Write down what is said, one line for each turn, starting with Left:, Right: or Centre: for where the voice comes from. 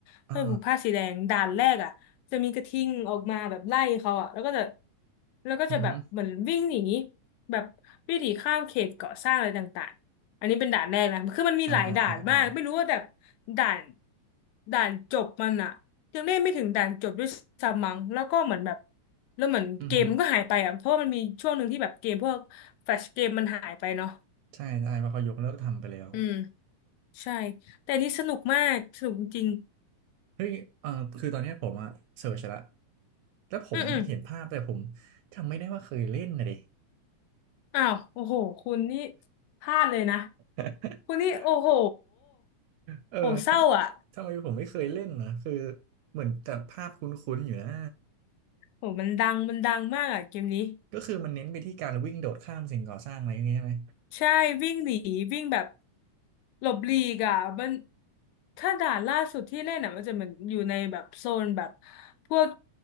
Left: เขาจะผูกผ้าสีแดงด่านแรกอ่ะจะมีกระทิงออกมาแบบไล่เขาอ่ะแล้วก็จะ
Right: อ่า
Left: แล้วก็จะแบบเหมือนวิ่งหนี
Right: อือฮึ
Left: แบบวิ่งหนีข้ามเขตก่อสร้างอะไรต่างๆอันนี้เป็นด่านแรกนะคือมันมีหลายด่านมากไม่รู้ว่าแบบ
Right: อ่าอ่าอ่าอ่า
Left: ด่านด่านจบมันอ่ะ ยังได้ไม่ถึงด่านจบด้วยซ้ำมั้งแล้วก็เหมือนแบบแล้วเหมือนเกมมันก็หายไปอ่ะเพราะว่ามันมีช่วงหนึ่งที่แบบเกมพวกแฟลชเกมมันหายไปเนาะ
Right: อือฮึใช่ใช่เพราะเขายกเลิกทำไปแล้ว
Left: อืมใช่แต่อันนี่สนุกมากสนุกจริง
Right: เฮ้ยเออคือตอนเนี้ยผมอะเสิร์ชละ
Left: ๆอืมอืม
Right: แล้วผมเห็นภาพแต่ผมจำไม่ได้ว่าเคยเล่นนะดิ
Left: อ้าวโอ้โหคุณนี่พลาดเลยนะ
Right: <laughs>
Left: คุณนี่โอ้โห
Right: เออถ้า
Left: โอ้เศร้าอ่ะ
Right: ทำไมผมไม่เคยเล่นนะคือเหมือนแต่ภาพคุ้นๆอยู่นะ
Left: โอ้มันดังมันดังมากอ่ะเกมนี้
Right: ก็คือมันเน้นไปที่การวิ่งโดดข้ามสิ่งก่อสร้างอะไรอย่างเงี้ยใช่ไหม
Left: ใช่วิ่งหนีวิ่งแบบหลบหลีกอ่ะมันถ้าด่านล่าสุดที่เล่นอ่ะมันจะเหมือนอยู่ในแบบโซนแบบพวก